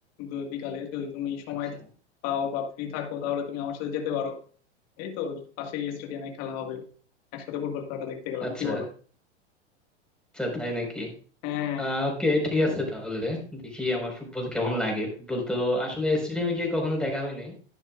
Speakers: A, on the left (about 45°); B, in the centre.
A: দু- বিকালে যদি তুমি সময়
B: আচ্ছা
A: পাও বা ফ্রি থাকো তাহলে তুমি আমার সাথে যেতে পারো এই তো পাশেই স্টেডিয়ামে খেলা হবে একসাথে ফুটবল খেলাটা দেখতে গেলাম
B: আচ্ছা
A: কি বলো
B: আচ্ছা তাই নাকি
A: হ্যাঁ
B: আহ ওকে ঠিক আছে তাহলে দেখি আমার ফুটবল কেমন লাগে ফুটবল তো আসলে স্টেডিয়ামে গিয়ে কখনো দেখা হয় নাই